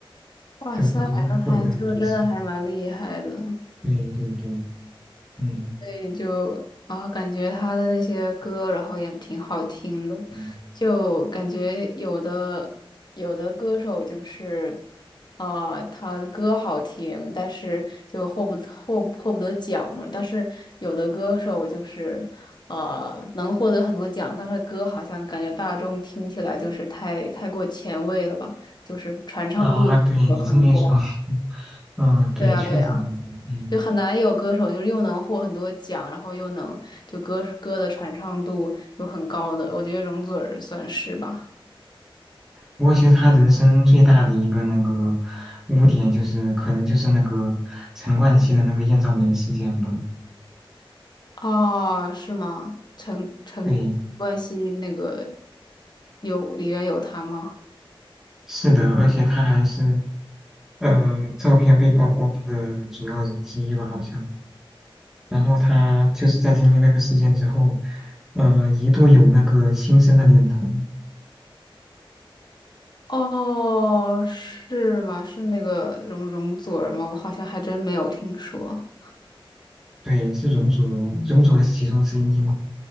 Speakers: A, on the left; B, in the centre.
A: 哇塞，
B: 就感觉真的获得了很多次。
A: 正还就真的还蛮厉害的，所
B: 对对对，嗯，
A: 以就啊，感觉他的那些歌，然后也挺好听的，
B: 嗯
A: 就感觉有的有的歌手就是啊，他的歌好听，但是就获不获获不得奖嘛，但是有的歌手就是呃能获得很多奖，但是歌好像感觉大众听起来就是太太过前卫了吧，就是传唱度有很广。
B: 啊，对你这么一说，<laughs> 嗯，对，
A: 对呀，
B: 确实很多，
A: 对呀。
B: 嗯。
A: 就很难有歌手就是又能获很多奖，然后又能就歌歌的传唱度又很高的，我觉得容祖儿算是吧。
B: 不过其实他人生最大的一个那个污点就是，可能就是那个陈冠希的那个艳照门事件吧。
A: 哦，是吗？陈陈冠希那个
B: 对，
A: 有里面有他吗？
B: 是的，而且他还是呃，照片被曝光的主要人之一吧，好像。然后他就是在经历那个事件之后，呃，一度有那个轻生的念头。
A: 哦，是吗？是那个容容祖儿吗？我好像还真没有听说。
B: 对，是容祖儿，容祖儿是其中之一嘛？